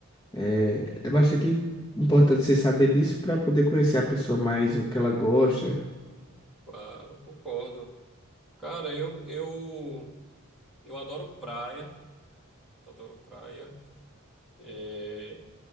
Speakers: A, on the left; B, in the centre.
A: É, é bastante importante você saber disso para poder conhecer a pessoa mais, o que ela gosta.
B: Claro, concordo. Cara, eu, eu, eu adoro praia, adoro praia. É,